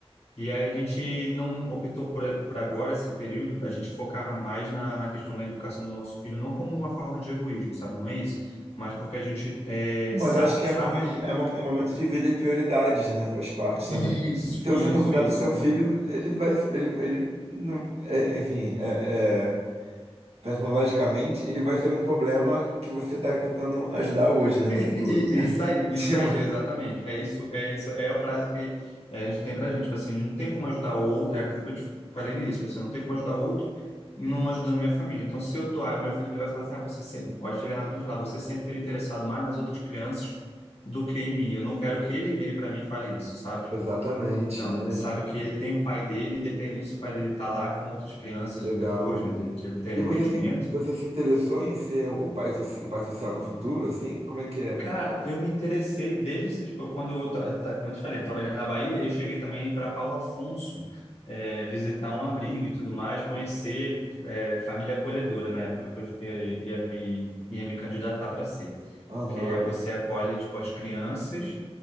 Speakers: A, on the left; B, on the right.
A: E aí a gente não optou por, por agora esse período, a gente focar mais na, na questão da educação do nosso filho, não como uma forma de egoísmo, sabe? Não é isso. Mas porque a gente é,
B: Mas
A: sa-
B: acho que
A: sabe
B: é a forma
A: que
B: de- é, mo- é momento de vida e prioridades, né? Faz parte
A: isso,
B: também. Se
A: isso,
B: você não cuidar
A: isso.
B: do seu
A: Então,
B: filho, ele vai, ele, ele não, é- enfim, é- é, pensando logicamente, ele vai ser um problema que você está tentando ajudar hoje, né?
A: E-
B: No futuro. né? <laughs>
A: Isso aí, isso
B: Tipo,
A: aí, exatamente. É isso, é isso, é a frase que é, a gente tem pra gente, tipo assim, não tem como ajudar o outro, é aquilo que eu te falei no início, pessoal, não tem como ajudar o outro não ajudando minha família. Então, se eu tô, ah, meu filho vai falar assim, ah, você sempre, pode chegar lá na frente e falar, você sempre teve interessado mais nas outras crianças do que em mim. Eu não quero que ele vire para mim e fale isso, sabe? Tipo,
B: Exatamente,
A: não,
B: né?
A: ele sabe que ele tem o pai dele, independente se o pai dele tá lá com outras crianças
B: Legal.
A: depois, né, dele ter ter
B: E você
A: entendimento
B: se, você se interessou em ser o pai, so- um pai social no futuro, assim? Como é que é?
A: Cara, eu me interessei desde, tipo, quando eu, ta- ta- como eu te falei, trabalhando na Bahia, eu cheguei também para Paulo Afonso, eh, visitar um abrigo e tudo mais, conhecer, eh, família acolhedora na época que eu eh, ia me, ia me candidatar para ser.
B: Aham.
A: Que é você acolhe, tipo, as crianças.